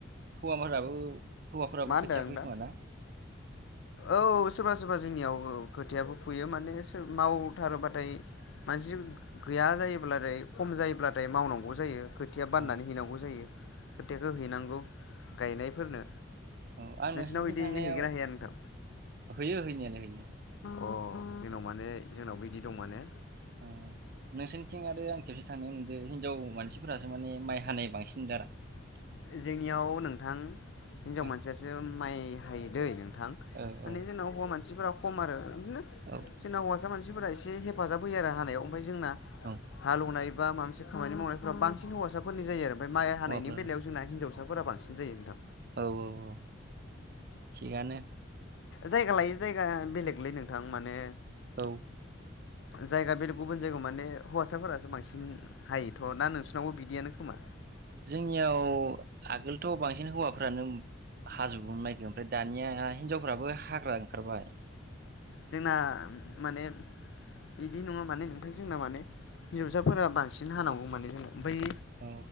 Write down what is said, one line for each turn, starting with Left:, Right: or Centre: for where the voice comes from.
Right: हौवाफोराबो हौवाफोराबो
Left: मा होनदों
Right: खोथिया
Left: नोंथां
Right: फुयो खोमाना
Left: औ सोरबा सोरबा जोंनियाव औ खोथियाबो फुयो माने माव थारोब्लाथाय मानसि गैया जायोब्लाथाय खम जायोब्लाथाय मावनांगौ जायो खोथिया बाननानै
Right: औ
Left: हैनांगौ जायो खोथियाखो हैनांगौ गायनायफोरनो
Right: औ आं
Left: नोंसोरनाव
Right: नोंसोरनिथिं
Left: बिदि
Right: थांनायाव
Left: हैगोन ना हैया नोंथां
Right: हैयो होनायालाय हैयो
Left: अ जोंनाव माने जोंनावबो बिदि दं माने
Right: अ नोंसोरनिथिं आरो आं खेबसे थांनायाव नुदों हिनजाव मानसिफोरासो माने माइ हानाय बांसिन नुदों आरो आं
Left: जोंनियाव नोंथां हिनजाव
Right: औ
Left: मानसियासो माइ हायो दै नोंथां
Right: औ
Left: माने
Right: औ
Left: जोंनाव हौवा मानसिफोरा खम आरो बिदिनो
Right: औ
Left: जोंना हौवासा मानसि मानसिफोरा एसे हेफाजाब होयो आरो हानायाव उमफ्राय जोंना
Right: औ
Left: हालौवनाय बा माबा मोनसे खामानि मावनायफोरा बांसिन हौवासाफोरनि जायो आरो ओमफ्राय माइ हानायनि
Right: हौवाफोर
Left: बेलायाव हिन्जावसाफोरा बांसिन जायो नोंथां।
Right: औ औ औ थिगानो।
Left: जायगा लायै जायगा बेलेगलै नोंथां माने
Right: औ
Left: जायगा बेलेग गुबुन जायगायाव माने हौवासाफोरासो बांसिन हायोथ' ना नोंसिनावबो बिदियानो खोमा।
Right: जोंनियाव आगोलथ' बांसिन हौवाफ्रानो हाजोबोमोन माइखो ओमफ्राय दानिया हिनजावफ्राबो हाग्रा ओंखारबाय।
Left: जोंना माने बिदि नङा माने नोंथां जोंना माने हिनजावसाफोरा बांसिन हानांगौ माने जोंना ओमफ्राय
Right: औ